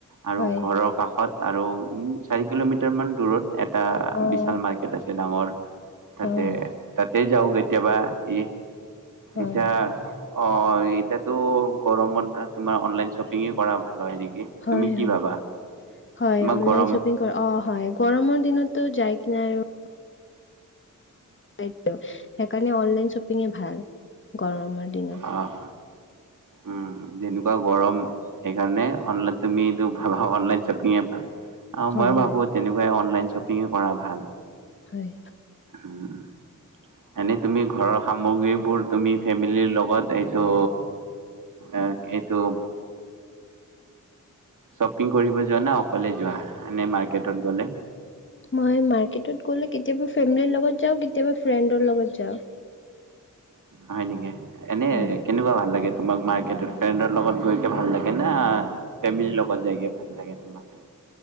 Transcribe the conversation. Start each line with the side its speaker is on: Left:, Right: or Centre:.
Right: আৰু
Left: হয়
Right: ঘৰক কাষত আৰু চাৰি কিলোমিটাৰমান দূৰত এটা
Left: অঁ
Right: বিশাল মাৰ্কেট আছে ডাঙৰ তাতে
Left: হয় হয়
Right: তাতে যাওঁ কেতিয়াবা এই
Left: হয়
Right: এতিয়া অ এতিয়াতো গৰমত আ তোমাৰ অনলাইন শ্বপিঙে কৰা ভাল হয় নেকি?
Left: হয়
Right: তুমি কি
Left: হয়,
Right: ভাবা
Left: হয়
Right: তোমাক
Left: অনলাইন
Right: গৰম
Left: শ্বপিং কৰ অ হয় গৰমৰ দিনতো যাই কি নাই আৰু সেইটো, সেইকাৰণে অনলাইন শ্বপিংয়েই ভাল গৰমৰ দিনত।
Right: আহ, উম যেনেকুৱা গৰম। সেইকাৰণে অনলাইন তুমি ভাবা অনলাইন শ্বপিঙে ভাল। অ
Left: হয়
Right: মইয়ো ভাবো
Left: হয়
Right: তেনেকুৱাই অনলাইন শ্বপিঙে কৰা ভাল।
Left: হয়।
Right: উম। এনে তুমি ঘৰৰ সামগ্ৰীবোৰ তুমি ফেমিলিৰ লগত এইটো আহ এইটো শ্বপিং কৰিব যোৱা নে অকলে যোৱা এনেই মাৰ্কেটত গ'লে?
Left: মই মাৰ্কেটত গ'লে কেতিয়াবা ফেমিলিৰ লগত যাওঁ কেতিয়াবা ফ্ৰেণ্ডৰ লগত যাওঁ।
Right: হয় নেকি, এনে
Left: হয়
Right: কেনেকুৱা ভাল লাগে। তোমাক মাৰ্কেটত ফ্ৰেণ্ডৰ লগত গৈকে ভাল লাগে না ফেমিলিৰ লগত যাইগে ভাল লাগে তোমাক?